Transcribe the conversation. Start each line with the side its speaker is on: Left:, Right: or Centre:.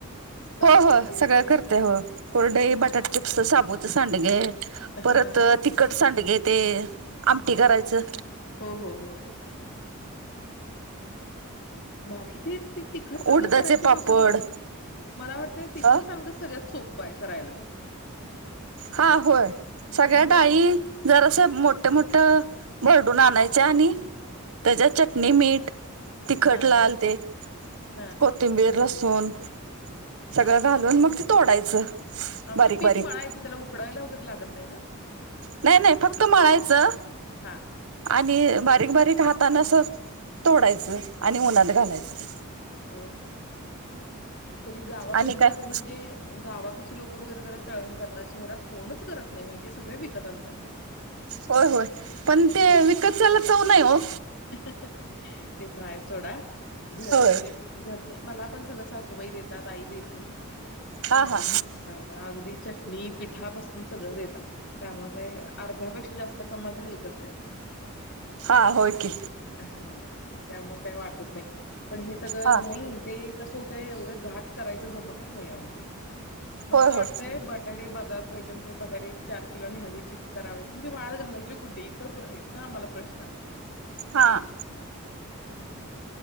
Left: सालपापडी
Right: होय हो सगळं
Left: वगैरे
Right: करत हो कुरडई बटाट चिप्स, साबूच सांडग परत
Left: हा
Right: तिखट सांडगे ते आमटी करायचं
Left: हो हो हो हो हो भारीये ती ते तिखट सांडग
Right: उडदाचे
Left: करायची
Right: पापड
Left: प्रोसेस मल मला वाटतं तिखट
Right: अ
Left: सांडगं सगळ्यात सोपं आहे करायला.
Right: हा होय सगळ्या
Left: होय
Right: डाळी
Left: की नाही
Right: जरासं मोठ मोठ भरडून आणायच्या आणि त्याज्यात चटणी मीठ तिखट
Left: हा
Right: लाल ते
Left: हा
Right: कोथिंबीर लसू सून
Left: हा
Right: सगळं घालून मग तोडायचं
Left: हा म्हणजे
Right: बारीक
Left: पीठ
Right: बारीक
Left: मळायचं त्याला उकडायला वगैरे लागत नाही ना
Right: नाही नाही फक्त मळायचं
Left: हा
Right: आणि बारीक बारीक हातान अस. तोडायचं आणि उन्हात
Left: हो
Right: घालायचं ते.
Left: होय होय तरी गावाकडे
Right: आणि
Left: ह
Right: काय
Left: आज म्हणजे गावाकडची लोक वगैरे जरा तळून करतात शहरात कोणच करत नाही शहरात कोणच करत नाही माहिती आहे सगळ विकत आणतात.
Right: होय होय पण ते विकतच्यायला चव नाही हो.
Left: <unintelligible> ते पण आहे सोडा घर
Right: होय
Left: म्हणजे घरचे मला पण सगळं. सासूबाई देतात आई देती.
Right: हा हा
Left: हा आगदी चटणी पिठा पासून सगळं देतात त्यामुळे काय अर्ध्यापेक्षा जास्त कामाच हलकंच आहे.
Right: हा होय. की.
Left: हा. त्यामुळे काही वाटत नाही. पण हे सगळ
Right: हा
Left: नाही ते कस होतं एवढं घाट करायच जमतच नाही हाव ते. मस्त
Right: होय
Left: वाटतय
Right: होय.
Left: बटाटे बघा. <unintelligible> बटाटे एक चार किलो न्यावे चिप्स करावी पण ते वाळत घालायची कुठे इथ इथन आम्हाला प्रश्न.
Right: हां.
Left: हम्म.